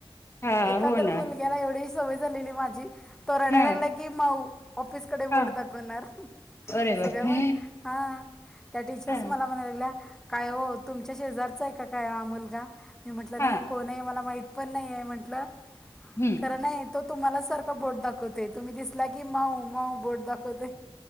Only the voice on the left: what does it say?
हा
हो
ना
हा
हा
अरे बापरे
हा
हा
हम्म